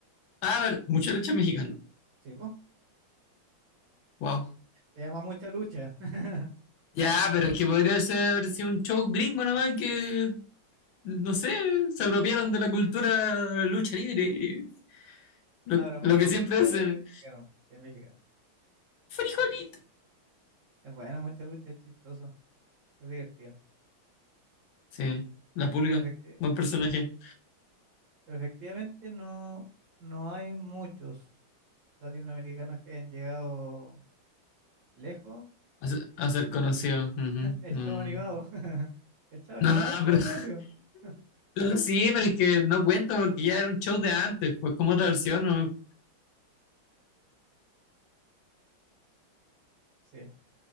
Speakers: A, on the left (about 75°); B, on the right (about 65°).
A: Ah, a ver, mucha lucha mexicana.
B: sí, po,
A: Wow.
B: se llama Mucha Lucha. <laughs>
A: Ya, pero es que podría ser, haber sido un show gringo nomás que, no sé, se apropiaron de la cultura lucha libre. y Lo,
B: No, pero Mucha
A: lo que
B: Lucha
A: siempre hacen.
B: es mexicano, sí, es mexicano.
A: Frijolito.
B: Es bueno, Mucha Lucha es chistoso, es divertido.
A: Sí, la pulga.
B: Pero, efecti-
A: Buen personaje.
B: pero efectivamente no, no hay muchos latinoamericanos que hayan llegado lejos.
A: A ser, a ser conocido. Ujú.
B: El
A: Mm.
B: Chavo Animado, <laughs> el Chavo Animado
A: No,
B: es como
A: pero
B: conocido. <laughs>
A: <laughs> sí, pero es que no cuenta porque ya era un show de antes, pues como otra versión, ¿no?
B: Sí.